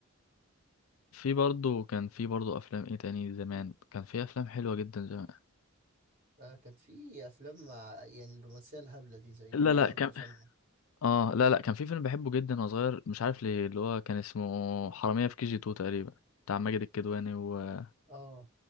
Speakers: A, on the left; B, on the right.
A: في برضه كان في برضه افلام ايه تاني زمان كان في افلام حلوه جدا زمان
B: آه، كانت في افلام مع يعني الرومانسيه الهبله دي زي
A: لا
B: عمر
A: لا كان
B: وسلمى
A: اه لا لا كان في فيلم بحبه جدا وانا صغير مش عارف ليه اللي هو كان اسمه حرامية في كي جي 2 تقريبا بتاع ماجد الكدواني وكريم
B: اه